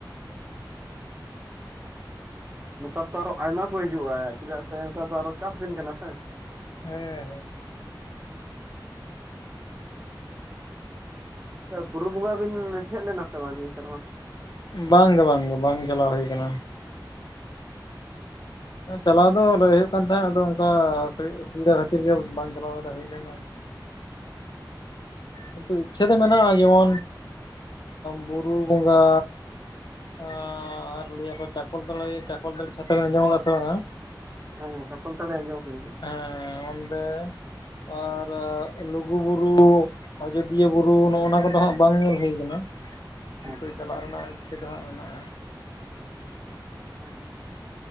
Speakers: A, on the right; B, on the left.
A: ᱟᱪ ᱾ ᱱᱮᱛᱟᱨ ᱛᱚ ᱟᱨᱚ ᱟᱭᱢᱟ ᱠᱚ ᱦᱤᱡᱩᱜᱼᱟ ᱪᱮᱫᱟᱜ ᱥᱮ ᱱᱮᱛᱟᱨ ᱫᱚ ᱟᱨᱚ ᱪᱟᱥ ᱫᱤᱱ ᱠᱟᱱᱟ ᱥᱮ ᱾
B: ᱦᱮᱸ ᱦᱮᱸ ᱾
A: ᱵᱩᱨᱩ ᱵᱚᱸᱜᱟ ᱵᱤᱱ ᱦᱮᱡ ᱞᱮᱱᱟ ᱥᱮ ᱵᱟᱝ ᱱᱤᱭᱟᱹ ᱥᱮᱨᱢᱟ?
B: ᱵᱟᱝᱜᱮ ᱵᱟᱝᱜᱮ ᱵᱟᱝ ᱪᱟᱞᱟᱣ ᱦᱩᱭ ᱭᱟᱠᱟᱱᱟ ᱾ ᱪᱟᱞᱟᱣ ᱫᱚ ᱞᱟᱹᱭ ᱦᱳᱭᱳᱜ ᱠᱟᱱ ᱛᱟᱦᱮᱸᱫ ᱟᱫᱚ ᱚᱱᱠᱟ ᱠᱟᱹᱴᱤᱡ ᱚᱥᱩᱵᱤᱫᱟ ᱠᱷᱟᱹᱛᱤᱨ ᱜᱮ ᱵᱟᱝ ᱪᱟᱞᱟᱣ ᱵᱟᱲᱮ ᱦᱳᱭ ᱞᱮᱱᱟ᱾
A: <unintelligible>
B: ᱠᱤᱱᱛᱩ ᱤᱪᱪᱷᱟᱹ ᱫᱚ ᱢᱮᱱᱟᱜᱼᱟ ᱡᱮᱢᱚᱱ ᱵᱩᱨᱩ ᱵᱚᱸᱜᱟᱼᱼ ᱟᱨ ᱞᱮᱭᱟ ᱠᱚ ᱪᱟᱠᱚᱞ ᱛᱚᱞᱮ ᱪᱟᱠᱚᱞ ᱛᱚᱞᱮ ᱪᱷᱟᱛᱟ ᱵᱮᱱ ᱟᱸᱡᱚᱢᱚᱜᱼᱟ ᱥᱮ ᱵᱟᱝᱼᱟ?
A: ᱦᱮᱸ ᱪᱟᱠᱚᱞ ᱛᱟᱨᱤ ᱟᱡᱚᱢ ᱦᱳᱭ ᱠᱟᱱᱟ᱾
B: ᱦᱮᱸ ᱚᱸᱰᱮ ᱟᱨ ᱞᱩᱜᱩ ᱵᱩᱨᱩᱼᱼ ᱟᱡᱚᱫᱤᱭᱟᱹ ᱵᱩᱨᱩ ᱱᱚᱜᱼᱱᱟ ᱠᱚᱫᱚ ᱦᱟᱸᱜ ᱵᱟᱝ ᱧᱮᱞ ᱦᱩᱭ ᱠᱟᱱᱟ
A: ᱟᱪᱪᱷᱟ
B: ᱱᱤᱛᱚᱜ ᱪᱟᱞᱟᱜ ᱨᱮᱱᱟᱜᱼᱼ ᱪᱷᱮᱫ ᱦᱟᱸᱜ ᱢᱮᱱᱟᱜᱼᱟ᱾
A: ᱦᱮᱸ